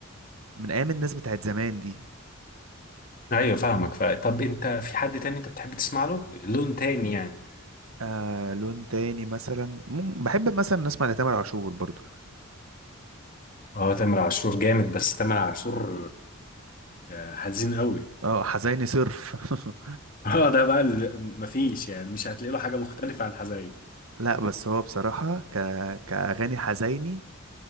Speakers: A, on the right (about 75°); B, on the left (about 40°).
A: من ايام الناس بتاعت زمان دي
B: ايوه فاهمك ف... طب انت في حد تاني انت بتحب تسمع له لون تاني يعني
A: آه لون تاني مثلا مم، بحب مثلا نسمع لتامر عاشور برضو
B: اه تامر عاشور جامد بس تامر عاشور آه، حزين قوي
A: اه حزيني صرف <laughs>
B: <laughs> اه ده بقى ال- مفيش يعني مش هتلاقي له حاجه مختلفه عن حزين
A: لا بس هو بصراحة ك... كأغاني حزيني